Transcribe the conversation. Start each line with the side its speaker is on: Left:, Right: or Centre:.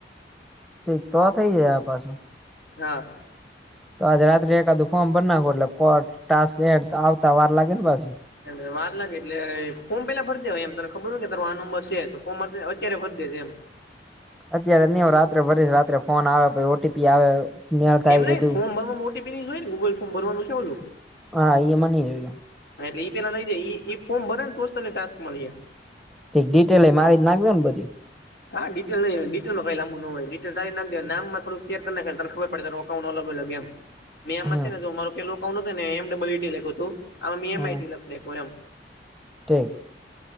Centre: તે તો થઈ જાય આ પાછું.
Left: હા!
Centre: તો આજે રાત્રે એકાદું ફોર્મ ભર નાખો. એટલે ટાસ્ક એડ આવતા વાર લાગે ને પાછી.
Left: એ વાત લાગે. એટલે ફોમ પેલા ભર દે હોય. એમ તને ખબર કે તારો આ નંબર છે. તો ફોર્ર અત્યારે ભરી દે છે એમ.
Centre: અત્યારે નહી, રાત્રે ભરીશ. રાત્રે ફોન આવે, પછી ઓટીપી આવે. મેળ થાય
Left: એમ નઈ
Centre: બધું
Left: ફોર્ ભરવાનું. ઓટીપી જોય ગૂગ ફોર્ ભરનું છે બોું.
Centre: હા અ એમાં નઈ જોયએ.
Left: એટલે એ પેલા લઈ જે એ ફોર્મ ભરે ને તોો તને ટાસ્ક મળી જે.
Centre: ઠ ડિટેલ મારી જ નાખજે નેધી.
Left: હા ડિટેલ નઈ ડિલમાં કઈંુો હોય ડટે તારી નાખ દ નામમાં થોું શેર કર ના તને ખબ પડે તો અકાઉન્ટ અલગ અલ એમ મ આમમાં
Centre: હમ
Left: છે ને? મારોુંેું અકાઉન્ટ હતું. ને એમબલુટીું હતુંમઈખ.
Centre: હમ
Left: અનેપુરમ.
Centre: ઠીક.